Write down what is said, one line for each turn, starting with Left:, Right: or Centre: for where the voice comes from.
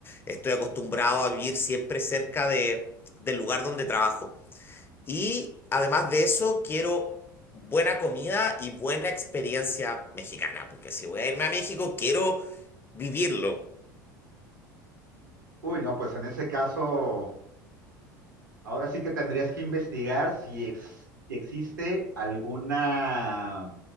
Left: estoy acostumbrado a vivir siempre cerca de, del lugar donde trabajo. Y además de eso, quiero buena comida y buena experiencia mexicana, porque si voy a irme a México, quiero vivirlo.
Right: Uy, no, pues en ese caso, ahora sí que tendrías que investigar si, ex- si existe alguna,